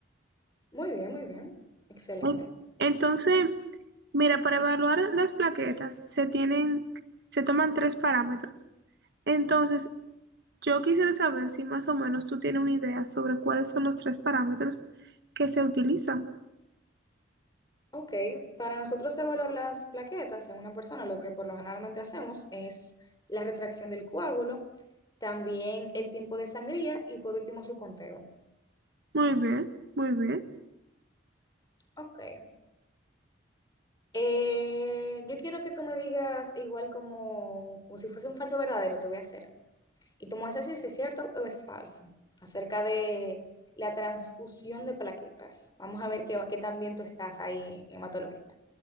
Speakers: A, on the left (about 20°); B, on the right (about 55°).
A: Muy bien, muy bien. Excelente.
B: Ok. Entonces, mira, para evaluar las plaquetas se tienen, se toman tres parámetros. Entonces, yo quisiera saber si más o menos tú tienes una idea sobre cuáles son los tres parámetros que se utilizan.
A: Ok, para nosotros evaluar las plaquetas en una persona, lo que por lo generalmente hacemos es la retracción del coágulo, también el tiempo de sangría y por último su conteo.
B: Muy bien, muy bien.
A: Ok. Eh, yo quiero que tú me digas igual como, como si fuese un falso verdadero, te voy a hacer. Y tú me vas a decir si es cierto o es falso acerca de la transfusión de plaquetas. Vamos a ver qué, qué tan bien tú estás ahí en hematología.